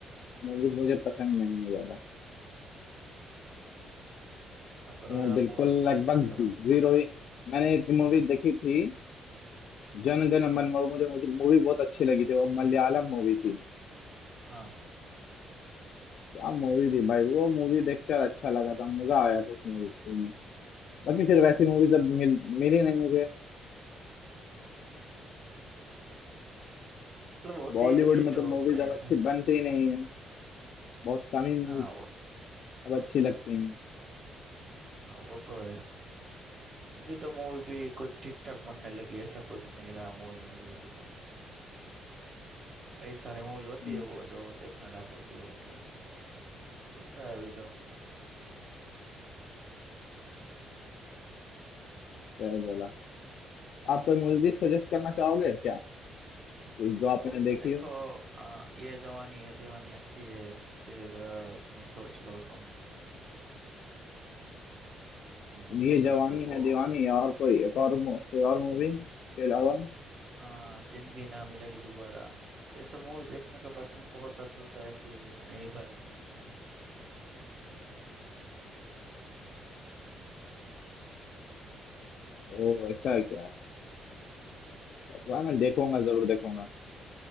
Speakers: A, on the left (about 65°); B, on the right (about 40°).
A: मूवीज
B: हाँ
A: मुझे पसंद नहीं है ज्यादा
B: देखा करो
A: तो
B: यार
A: मैं बिल्कुल
B: मूवीज तो
A: लगभग
B: देखा करो
A: जीरो ही मैंने एक मूवी देखी थी जन गण मन वो मुझे मुझे मूवी बहुत अच्छी लगी थी वो मलयालम मूवी थी
B: हाँ हाँ
A: क्या मूवी थी भाई वो मूवी देखकर अच्छा लगा था मजा आया था उस मूवी में बाकी फिर वैसी मूवीज अब मिल मिली नहीं मुझे
B: मतलब होती
A: बॉलीवुड
B: है ऐसी
A: में
B: तो
A: तो मूवीज
B: कहीं
A: अब अच्छी
B: से
A: बनती ही नहीं है बहुत कम ही
B: हाँ
A: मूवीज अब अच्छी लगती हैं
B: हाँ वो तो है अभी तो मूवी भी कुछ ठीक ठाक बनने लगी ऐसा कुछ नहीं रहा मूवी में भी अभी तो कई सारे मूवी होती
A: हम्म,
B: है वो जो देखने लायक होती है लेकिन चलता है अभी तो
A: क्या ही बोला आप कोई मूवी सजेस्ट करना चाहोगे क्या जो आपने
B: मूवी
A: देखी
B: तो देखो
A: हो
B: आ, ये जवानी है दीवानी अच्छी है फिर आ, अपनी सोच लो तुम आ,
A: ये
B: फिर
A: जवानी
B: होती है वो
A: है दीवानी या और कोई एक और मू- कोई और मूवी के अलावा
B: आ, जिंदगी ना मिलेगी दोबारा ये सब मूवी देखने के बाद तुमको पता चलता है कि नहीं भाई मेरे को भी जिंदगी एंजॉय करनी है ऐसा नहीं है कि पूरा दिन काम ही करना है पूरा दिन पढ़ाई करनी है
A: ओ ऐसा है क्या
B: हाँ
A: वाह, मैं देखूंगा जरूर देखूंगा